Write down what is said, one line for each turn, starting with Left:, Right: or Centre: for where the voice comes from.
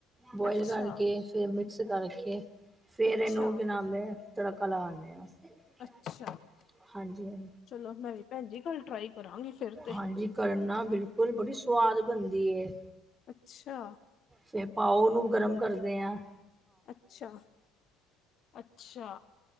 Right: ਬੋਇਲ
Left: ਅੱਛਾ,
Right: ਕਰਕੇ ਫੇਰ ਮਿਕਸ ਕਰਕੇ। ਫੇਰ
Left: ਅੱਛਾ,
Right: ਇਹਨੂੰ ਬਨਾਨੇ ਆ ਤੜਕਾ ਲਗਾਦੇ ਆ, ਹਾਂਜੀ-
Left: ਅੱਛਾ
Right: ਹਾਂਜੀ।
Left: ਚਲੋ ਮੈਂ ਵੀ ਭੈਣ ਜੀ ਕੱਲ ਟਰਾਈ ਕਰਾਂਗੀ ਫਿਰ ਤੇ
Right: ਹਾਂਜੀ ਕਰਨਾ ਬਿਲਕੁਲ ਬੜੀ ਸਵਾਦ ਬਣਦੀ ਐ।
Left: ਅੱਛਾ।
Right: ਤੇ ਪਾਓ ਨੂੰ ਗਰਮ ਕਰਦੇ ਆ।
Left: ਅੱਛਾ, ਅੱਛਾ।